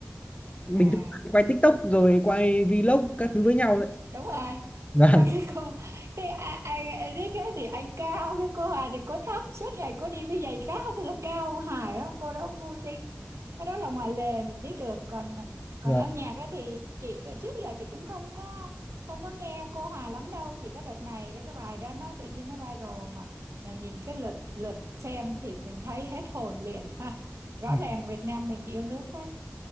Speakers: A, on the left; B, on the right.
A: bình
B: à
A: thường quay TikTok rồi quay vlog các thứ với nhau đấy
B: đúng rồi
A: <laughs> vâng
B: mà cái cô cái a- ai Eric á thì anh cao cái cô Hà thì cô thấp suốt ngày cô đi với giày cao thì là cao hài lắm cô đó vui tính cái đó là ngoài lề mình biết được còn còn
A: vâng
B: âm nhạc á thì chị trước giờ chị cũng không có không có nghe cô Hà lắm đâu chỉ có đợt này đấy cái bài đó nó tự nhiên nó viral mà là nhìn cái lượt lượt xem thì mình thấy hết hồn liền ha rõ
A: Ừ.
B: ràng Việt Nam mình yêu nước phết